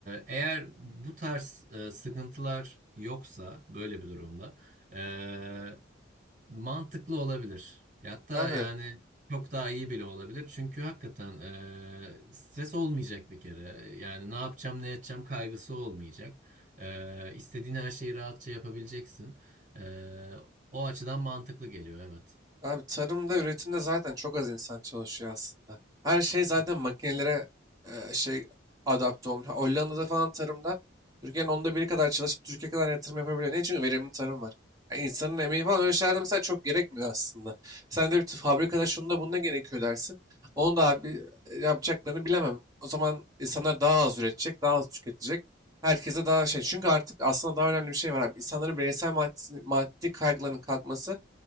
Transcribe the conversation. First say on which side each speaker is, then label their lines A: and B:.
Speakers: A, on the right; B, on the right.
A: eğer bu tarz e, sıkıntılar yoksa böyle bir durumda. e, Mantıklı olabilir. E, Hatta
B: Abi
A: yani çok daha iyi bile olabilir. Çünkü hakikaten e, stres olmayacak bir kere. Yani ne yapacağım ne edeceğim kaygısı olmayacak. E, istediğin her şeyi rahatça yapabileceksin. E, o açıdan mantıklı geliyor evet.
B: Abi tarımda, üretimde zaten çok az insan çalışıyor aslında. Her şey zaten
A: Hı.
B: makinelere e, şey adapte olmuş. Hollanda'da falan tarımda Türkiye'nin onda biri kadar çalışıp Türkiye kadar yatırım yapabiliyor. Niye? Çünkü verimli tarım var. Yani insanın emeği falan öyle şeylerde mesela çok gerekmiyor aslında. Sen de bir t- fabrikada şunda bunda gerekiyor dersin. Onu da abi yapacaklarını bilemem. O zaman insanlar daha az üretecek, daha az tüketecek. Herkese daha şey. Çünkü artık aslında daha önemli bir şey var abi. İnsanların bireysel maddi, maddi kaygılarının kalkması